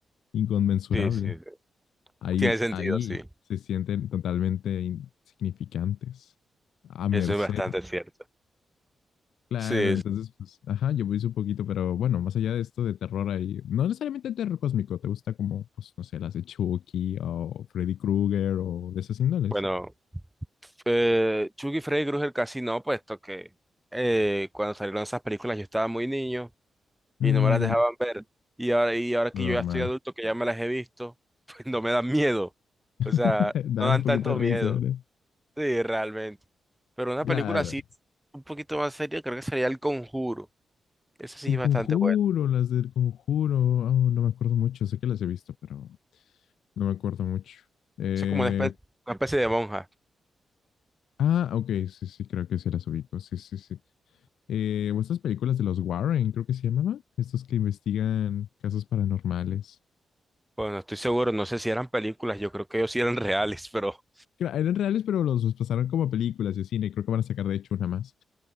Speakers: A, on the left; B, in the centre.
A: inconmensurable.
B: Sí, sí, sí.
A: Ahí,
B: tiene sentido,
A: ahí
B: sí.
A: se sienten totalmente insignificantes, a merced.
B: Eso es bastante cierto.
A: Claro,
B: Sí,
A: entonces,
B: sí.
A: pues, ajá, yo puse un poquito, pero bueno, más allá de esto de terror ahí, no necesariamente terror cósmico, ¿te gusta como, pues, no sé, las de Chucky o Freddy Krueger o de esas índoles?
B: bueno. Eh, Chucky, y Freddy Krueger casi no, puesto que eh, cuando salieron esas películas yo estaba muy niño y
A: Mm,
B: no me las Ujú. dejaban ver. Y ahora, y ahora que
A: normal.
B: yo ya estoy adulto, que ya me las he visto, <laughs> pues no me dan miedo.
A: <laughs>
B: O sea,
A: Dar
B: no dan
A: un poquito
B: tanto
A: de
B: miedo.
A: risa, ¿no?
B: Sí, realmente. Pero una
A: Claro.
B: película así, un poquito más seria, creo que sería El Conjuro. Esa sí
A: El
B: es
A: Conjuro,
B: bastante buena.
A: las del Conjuro, oh, no me acuerdo mucho, sé que las he visto, pero no me acuerdo mucho. Eh,
B: Esa es como una especie, una especie de monja.
A: Ah, ok, sí, sí, creo que sí las ubico. Sí, sí, sí. Eh, o estas películas de los Warren, creo que se llamaban. Estos que investigan casos paranormales.
B: Bueno, estoy seguro, no sé si eran películas, yo creo que ellos sí eran reales, pero...
A: Que Eran reales, pero los los pasaron como a películas de cine. Creo que van a sacar, de hecho, una más.